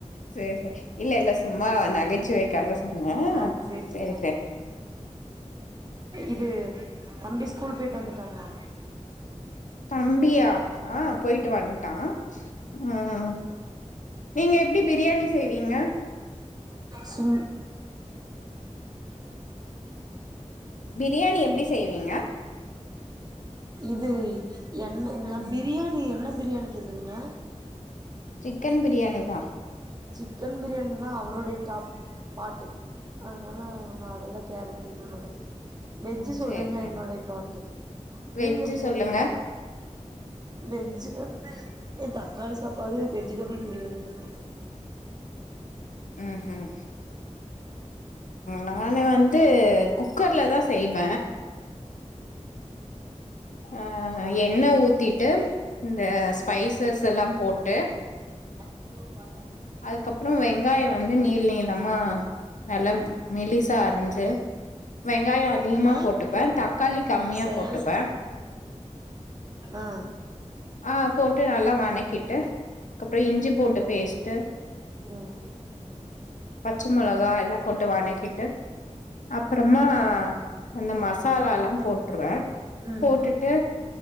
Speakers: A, on the left (about 90°); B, on the right (about 35°).
A: சேரி சேரி இல்ல இல்ல சும்மா நகைச்சுவைக்காக சொன்னே
B: ஆ செரி செரி
A: சேரி சேரி
B: இது தம்பி ஸ்கூல் போயிட்டு வந்துட்டாங்களா
A: தம்பியா ஆ போயிட்டு வன்ட்டா ம் நீங்க எப்படி பிரியாணி செய்வீங்க
B: சு
A: பிரியாணி எப்படி செய்வீங்க
B: இது என்ன பிரியாணி என்ன பிரியாணி கேக்குறீங்க
A: சிக்கன் பிரியாணி தா
B: சிக்கன் பிரியாணின் தா அவருடைய டாப் பாட்டு அதனால நா அதெல்லா கேர எடுத்துக்க மாட்ட வெஜ்ஜ் சொல்றீங்களா
A: சேரி சேரி
B: என்னோடைய பார்ட்
A: வெஜ்ஜு
B: நீங்க எப்படி
A: சொல்லுங்க
B: செய்வீங்க வெஜ ஏ தக்காளி சாப்பாடு வெஜிடபிள் பிரியாணி இந்த மாரி
A: ம் உஹம் நானு வந்து குக்கர்ல தா செய்வ அ
B: ஆ
A: என்ன ஊத்திட்டு இந்த ஸ்பைசஸ் எல்லா போட்டு
B: போ
A: அதுக்கப்ரோ வெங்காயம் வந்து நீள நீளமா நல்லா மிலிசா அரிஞ்சு வெங்காயோ அதிகமா
B: ஆப்பிள்
A: போட்டுப்ப
B: இல்ல
A: தக்காளி கம்மியா
B: சேலட்
A: போட்டுப்ப
B: ஆ
A: ஆ போட்டு நல்லா வணக் ட்டு அக்கப்ரோ இஞ்சி பூண்டு பேஸ்ட்
B: உம்
A: பச்ச மொலகா எல்லாம் போட்டு வணக்கிட்டு அப்புறமா அந்த மசாலா போட்டுருற
B: ம்
A: போட்டுட்டு